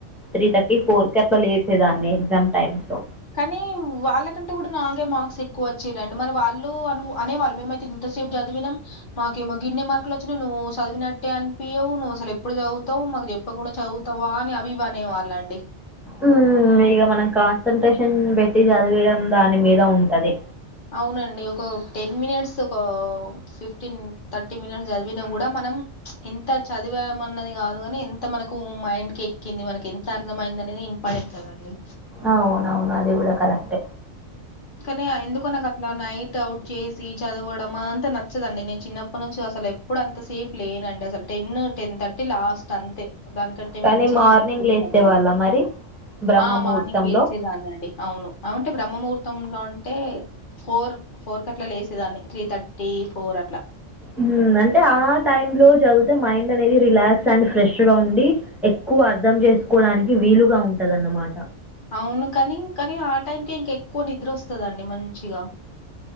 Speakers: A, in the centre; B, on the left.
A: త్రీ థర్టీ ఫోర్ కి అట్ల లేసేదాన్ని ఎగ్జామ్ టైమ్స్ లో
B: కానీ వాళ్ళకంటే కూడా నాకే మార్క్స్ ఎక్కువ వచ్చేడండి మరి వాళ్ళు అ అనేవాళ్ళు మేమయి తి ఇంతసేపు చదివినం మాకేమో గిన్నె మార్కులు వచ్చినాయి నువ్వు చదివినట్టే అనిపియవు నువ్వు అసలు ఎప్పుడు చదువుతావు మాకు చెప్పకుండా చదువుతావా అని అవి ఇవి అనే వాళ్ళండి
A: ఉమ్ ఇక మనం కాన్సన్ంట్రేషన్ పెట్టి చదివడం దాని మీద ఉంటది
B: అవునండి ఒక టెన్ మినిట్స్ ఒక ఫిఫ్టీన్ థర్టీ మినిట్స్ చదివినా కూడా మన మనం ఎంత చదివమన్నది కాదుగాని ఎంత మనకు మైండ్ కి ఎక్కింది మనకి ఎంత అర్థమైంది అనేది ఇంపార్టెంట్ కదా అండి
A: అవునవును అది కూడా కరెక్ట్
B: కానీ ఎందుకో నాకు అట్లా నైట్ అవుట్ చేసి చదవడం అంత నచ్చదండి నేను చిన్నప్పటి నుంచి అసలు ఎప్పుడు అంత సేపు లేనండి అసలు టెన్ టెన్ థర్టీ లాస్ట్ అంతే దానికంటే
A: కానీ
B: మించి
A: మార్నింగ్
B: నేను ఎప్పుడు
A: లేసేవాళ్ళ
B: చదవలేదు
A: మరి బ్రహ్మముహూర్తంలో
B: ఆ మార్నింగ్ లేసేదాన్ని అండి అవును అంటే బ్రహ్మూర్తి ముహూర్తం లో అంటే ఫోర్ ఫోర్ కి అట్లా లేసేదాన్ని త్రీ థర్టీ ఫోర్ కు అట్లా
A: ఉమ్ అంటే ఆ టైమ్ లో చదితే మైండ్ అనేది రిలాక్స్ అండ్ ఫ్రెష్గా ఉండి ఎక్కువ అర్ధం చేసుకోవడానికి వీలుగా ఉంటదన్నమాట
B: అవును కాని కానీ ఆ టైంకే ఇంకా ఎక్కువ నిద్ర వస్తుందండి మంచిగా